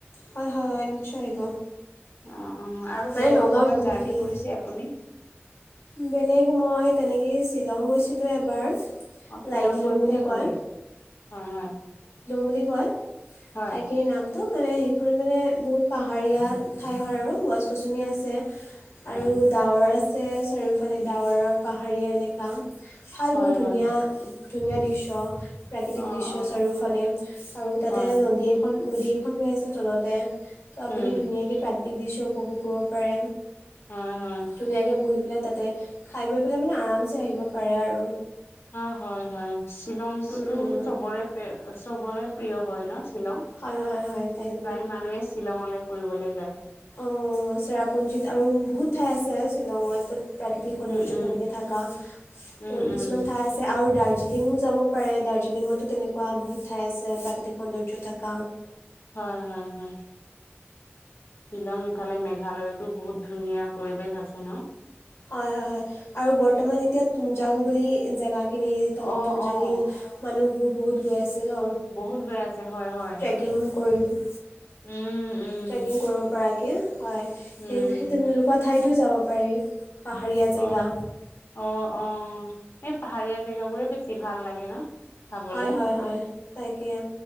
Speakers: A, on the left; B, on the left.
A: হয়-হয়-হয় নিশ্চয় আহিব।
B: অ অ আৰু
A: মান
B: বেলেগত
A: নগাঁৱত
B: কৰ'বাত
A: বহুত
B: জাৰ্ণি
A: খিনি,
B: কৰিছে আপুনি
A: বেলেগ মই তেনেকেই শ্বিলং গৈছিলোঁ এবাৰ
B: অ শ্বিলং
A: লাইটলুম
B: গৈছে
A: বুলি
B: আপুনি
A: কয়।
B: হয় হয়
A: বুলি কয়
B: হয়
A: ঠাইখিনিৰ নামটো মানে সেইখন মানে বহুত পাহাৰীয়া ঠাই হয় আৰু গছ-গছনি আছে।
B: হয়
A: আৰু ডাৱৰ আছে চাৰিওফালে ডাৱৰৰ পাহাৰীয়া এলেকা। ভাল
B: হয়
A: বহু ধুনীয়া-ধুনীয়া
B: হয়
A: দৃশ্য অ', প্ৰাকৃতিক
B: অ
A: দৃশ্য
B: অ
A: চাৰিওফালে আৰু তাতে
B: হয়
A: নদী এখন নদী এখন বৈ আছে তলতে, ত' আপুনি
B: উম
A: ধুনীয়াকৈ প্ৰাকৃক দৃশ্য উপভোগ কৰিব পাৰে।
B: অহ হ,
A: ধুনীয়াকৈ বহি পেলাই তাতে খাই বৈ পেলাই মানে আৰামছে আহিব পাৰে আৰু।
B: অ' হয়-হয় শ্বিলংটোতো
A: উম, উম।
B: চবৰে-চবৰে প্ৰিয় হয় ন। শ্বিলং প্ৰায়
A: হয় হয় হয় তাকে
B: মানুহে শ্বিলঙলৈ ফুৰিবলৈ যায়।
A: অ' চেৰাপুঞ্জীত আৰু বহুত ঠাই আছে। শ্বিলঙত প্ৰাকৃতিক সৌন্দৰ্য
B: উম উম
A: তেনেকৈ থাককা
B: উম
A: বহুত কিছুমান
B: উম
A: ঠাই আছে আৰু দাৰ্জিলিং যাব পাৰে দাৰ্জিলিঙতো তেনেকুৱা বহুত ঠাই আছে প্ৰাকৃতিক সৌন্দৰ্য থকা।
B: হয়-হয়-হয়, শ্বিলং ইফালে মেঘালয়তো বহুত ধুনীয়া পৰিৱেশ আছে ন।
A: হয়-হয়-হয় আৰু বৰ্তমান এতিয়া তুংজাং বুলি জেগা। খিনি তম
B: অ
A: তুমজাং
B: অ
A: মানুহবোৰ বহুত গৈ আছে। ন
B: বহুত গৈ আছে হয়-হয়,
A: ট্ৰেকিং কৰি
B: উম, উম
A: ট্ৰেকিং কৰিব পৰাকৈ হয় সেই
B: উম
A: সেই তেনেকুৱা ঠাইতো যাব পাৰি। পাহাৰীয়া জেগা
B: অ-অ-অ এই পাহাৰীয়া জেগাবোৰে বেছি ভাল লাগে ন। চাবলে
A: হয়-হয়-হয় তাকেই।